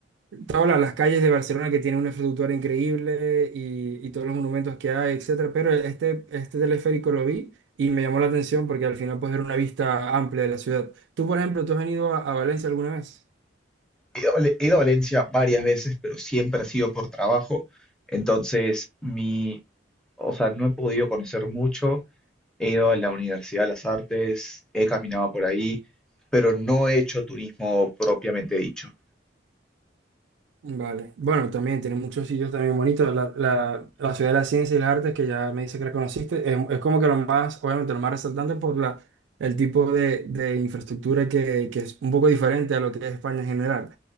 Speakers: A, on the right; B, in the centre.
A: todas la- las calles de Barcelona que tienen una infraestructura increíble y, y todos los monumentos que hay, etcétera. Pero este, este teleférico lo vi y me llamó la atención porque al final puedes ver una vista amplia de la ciudad. Tú, por ejemplo, ¿tú has venido a, a Valencia alguna vez?
B: He ido, a Val- he ido a Valencia varias veces, pero siempre ha sido por trabajo. Entonces, mi, o sea, no he podido conocer mucho. He ido a la Universidad de las Artes, he caminado por ahí, pero no he hecho turismo propiamente dicho.
A: Vale. Bueno, también tiene muchos sitios también bonitos. La, la, la Ciudad de la Ciencia y las Artes, que ya me dice que la conociste, es, es como que lo más, obviamente, lo más resaltante por la, el tipo de, de infraestructura que, que es un poco diferente a lo que es España en general.